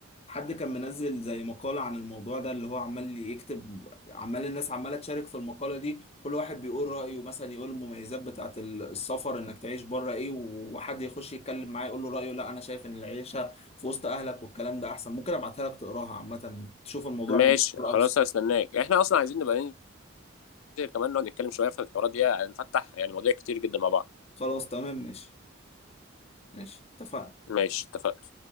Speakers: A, on the left (about 30°); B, on the left (about 80°).
A: حد كان منزل زي مقالة عن الموضوع ده اللي هو عمال يكتب عمال الناس عمالة تشارك في المقالة دي كل واحد بيقول رأيه مثلا يقول المميزات بتاعة ال- السفر انك تعيش بره ايه وحد يخش يتكلم معاه يقول له رأيه لا انا شايف ان العيشة في وسط اهلك والكلام ده احسن ممكن ابعتها لك تقراها عامة تشوف الموضوع
B: ماشي
A: من منظور
B: خلاص
A: اوسع
B: هستناك إحنا أصلا عايزين نبقى ننزل كمان نقعد نتكلم شوية في الحوارات دي هنفتح يعني مواضيع كتير جدا مع بعض
A: خلاص تمام ماشي ماشي اتفقنا
B: ماشي اتفقنا